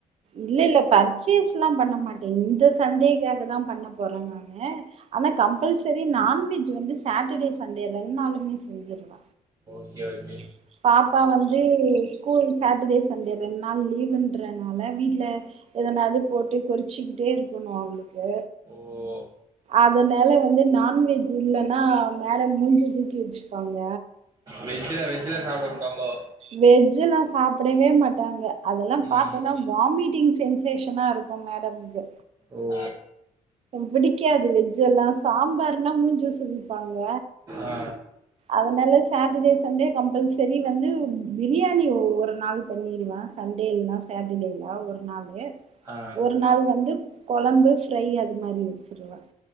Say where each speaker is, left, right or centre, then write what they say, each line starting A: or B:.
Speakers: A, on the right; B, on the right.
A: இல்ல இல்ல பர்ச்சேஸ்லா பண்ண மாட்டே இந்த சண்டேக்காக தா பண்ண போறே நானு ஆனா கம்பல்சரி நான்வெஜ் வந்து சாட்டடே சண்டே ரெண் நாளுமே செஞ்சிருவ
B: ஓகே ஓ
A: ம் பாப்பா வந்து கூல் சாட்டர்டே சண்டே ரெண்டு நாள் லீவ்ன்ற னால வீட்ல எதனாது போட்டு கொறிச்சிக்கிட்டே இருக்கணு அவளுக்கு
B: ஓ
A: அதனால வந்து நாண்வெஜ் இல்லன்னா மேடம் மூஞ்சிய தூக்கி வச்சுப்பாங்க
B: வெஜ்ல வெஜ்ஜல சாப்பிட மாட்டாங்களோ
A: வெஜ்ல்லா சாப்டவே மாட்டாங்க அதெல்லா
B: ம்
A: பாத்தன்னா வாமிட்டிங் சென்சேஷனா இருக்கு மேடம்து
B: ஓ
A: பிடிக்காது வெஜ் எல்லா சாம்பார்னா மூஞ்ச சுலி ப்பாங்க
B: ஆ
A: அதனால சாட்டர்டே சண்டே கம்பல்சரி வந்து பிரியாணி ஒரு நாள் பண்ணிடுவே சண்டே இல்லன்னா சாட்டர்டேல ஒரு நாளு
B: ஆ
A: ஒரு நாள் வந்து கொழம்பு ஃப்ரையி அது மாதிரி வச்சுருவேன்